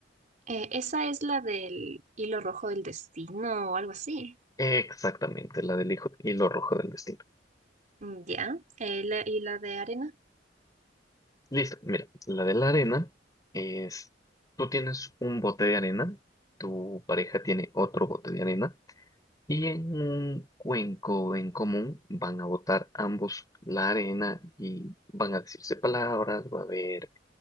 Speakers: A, on the right; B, on the left.
A: Eh, esa es la del hilo rojo del destino o algo así.
B: Exactamente, la del hijo- hilo rojo del destino.
A: Mm, Ya. Eh, la- y la de arena.
B: Listo, mira, la de la arena es, tú tienes un bote de arena, tu pareja tiene otro bote de arena y en un cuenco en común van a botar ambos la arena y van a decirse palabras, va a haber